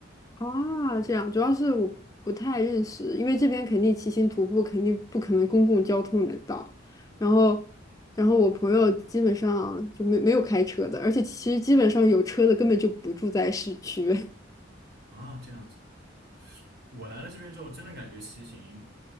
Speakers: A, on the left (about 20°); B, on the right (about 55°).
A: 啊，这样，主要是我不太认识，因为这边肯定骑行徒步肯定不可能公共交通能到，然后，然后我朋友基本上就没没有开车的，而且其实基本上有车的根本就不住在市区。<laughs>
B: 啊，这样子。我来了这边之后，真的感觉骑行，